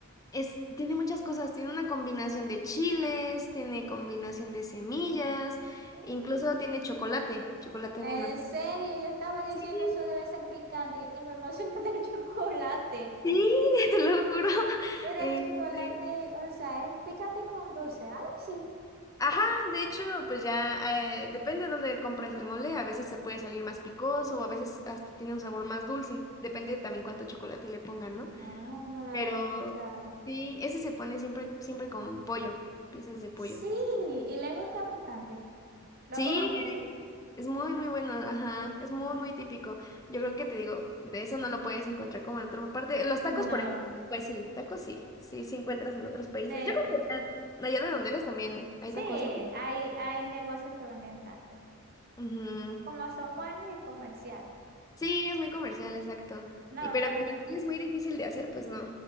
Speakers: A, on the left; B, on the right.
A: es, tiene muchas cosas, tiene una combinación de chiles, tiene combinación de semillas,
B: Mm,
A: incluso tiene chocolate, chocolate
B: En
A: negro.
B: serio, yo estaba diciendo
A: Sí,
B: eso debe ser picante y me emocionó <laughs> el chocolate.
A: sí, <laughs> te lo juro. <laughs>
B: Pero
A: Este,
B: el chocolate, o sea, es picante con dulce, algo así.
A: ajá, de hecho, pues ya eh, depende de dónde compres el mole, a veces se puede salir más picoso o a veces hasta tiene un sabor más dulce, depende también cuánto chocolate le pongan, ¿no?
B: No, no la
A: Pero
B: había escuchado.
A: sí, ese se pone siempre, siempre con pollo, piezas de pollo.
B: Sí, y le gusta bastante. Lo
A: Sí,
B: come mucho.
A: Es muy, muy bueno, ajá, es muy, muy típico. Yo creo que te digo, de eso no lo puedes encontrar como en otra parte. Los tacos,
B: No,
A: por ejemplo, pues sí, tacos sí, sí, sí encuentras en otros países.
B: de,
A: Yo creo que allá, allá de donde eres también hay
B: sí,
A: tacos, ¿no?
B: hay, hay negocios que venden tacos.
A: Ujú.
B: Como son buenos y es comercial.
A: Sí, es muy comercial, exacto.
B: No,
A: Y pero
B: pero
A: como el chile es muy difícil de hacer, pues no.